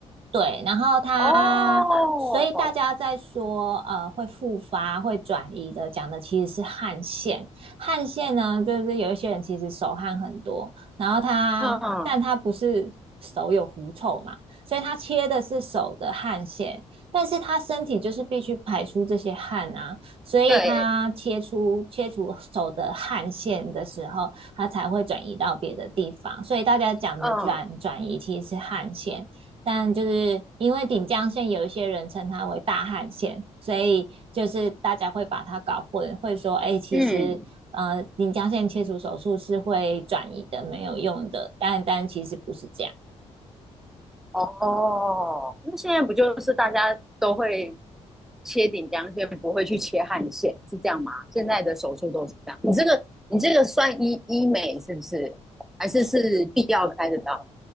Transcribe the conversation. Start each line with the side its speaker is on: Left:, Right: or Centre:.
Right: 对，然后他，
Centre: 哦，
Right: 所以大家在说，呃，会复发、会转移的，讲的其实是汗腺。汗腺呢，就是有一些人其实手汗很多，然后他，
Centre: 嗯，
Right: 但他不是手有狐臭嘛，所以他切的是手的汗腺，但是他身体就是必须排出这些汗啊，所以他切出切除手的汗腺的时候，
Centre: 对，
Right: 他才会转移到别的地方。所以大家讲的转转移其实是汗腺。
Centre: 嗯
Right: 但就是因为顶江县有一些人称它为大汉县，所以就是大家会把它搞混，会说，哎，欸其实呃，
Centre: 嗯，
Right: 顶江县切除手术是会转移的，没有用的，但但其实不是这样。
Centre: 哦，那现在不就是大家都会切顶梁线，不会去切汗腺，是这样吗？现在的手术都是这样。你这个你这个算医医美是不是？还是是必要开的刀？